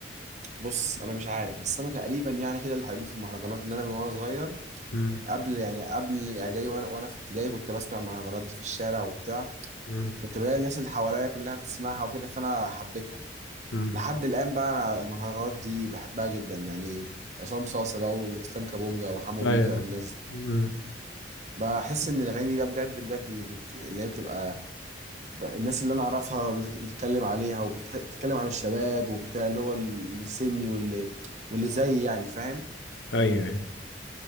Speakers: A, on the right; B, on the left.
A: بص انا مش عارف بس انا تقريبا يعني كده اللي حبيت في المهرجانات ان انا من وانا صغير
B: مم.
A: قبل يعني قبل الاعدادي وانا وانا في ابتدائي كنت بسمع المهرجانات دي في الشارع وبتاع
B: مم.
A: كنت بلاقي الناس اللي حواليا كلها بتسمعها وكده فانا حبيتها
B: مم.
A: لحد الان بقى انا المهرجانات دي بحبها جدا يعني عصام صاصا بقى واسلام كابونجا وحمو
B: أيوه
A: بيكا والناس
B: مم.
A: بحس ان الاغاني دي بقى بجد بجد اللي بت... اللي هي بتبقى ب- الناس اللي انا اعرفها بت- بتتكلم عليها وبتتكلم عن الشباب وبتاع اللي هو اللي في سني واللي واللي زيي يعني فاهم
B: أيوه أيوه